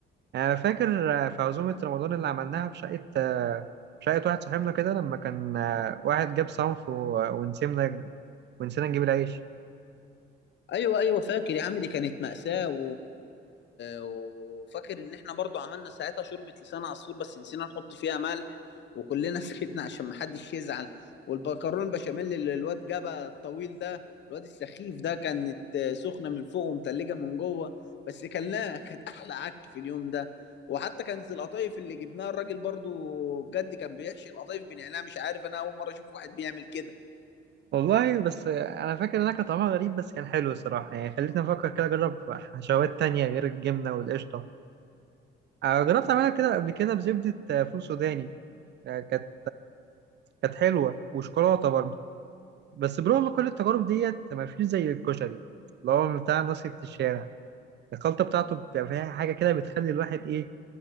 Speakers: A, on the right; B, on the left.
A: يعني أنا فاكر آه، في عزومة رمضان اللي عملناها في شقة آه، في شقة واحد صاحبنا كده لما كان آه، واحد جاب صنف و- ونسينا ونسينا نجيب العيش
B: ايوه ايوه فاكر يا عم دي كانت مأساة و... و... وفاكر ان احنا برضو عملنا ساعتها شوربة لسان عصفور بس نسينا نحط فيها ملح وكلنا <laughs> سكتنا عشان محدش يزعل والبكرون بشاميل اللي الواد جابها الطويل ده الواد السخيف ده كانت آه، سخنة من فوق ومتلجة من جوه بس كان لا <laughs> كانت احلى عك في اليوم ده وحتى كانت القطايف اللي جبناها الراجل برضو بجد كان بيحشي القطايف بنعناع مش عارف انا اول مرة اشوف واحد بيعمل كده
A: والله بس آه، انا فاكر انها كان طعمها غريب بس كان حلو الصراحة يعني خلتني افكر كده اجرب حشوات تانية غير الجبنة والقشطة آه، جربت اعملها كده قبل كده بزبدة آه، فول سوداني آه، كانت كانت حلوة وشوكولاتة برضه بس برغم كل التجارب ديت ما فيش زي الكشري اللي هو بتاع نصيحة الشارع الخلطة بتاعته بتبقى فيها حاجة كده بتخلي الواحد إيه